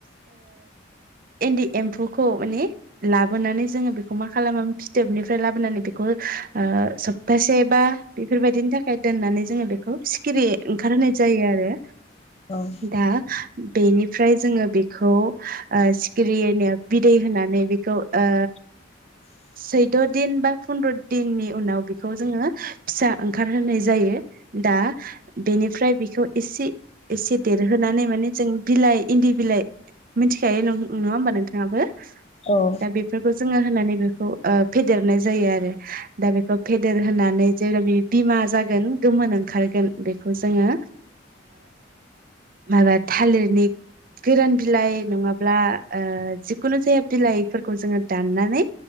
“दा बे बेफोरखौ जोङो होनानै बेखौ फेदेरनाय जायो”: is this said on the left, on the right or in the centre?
Right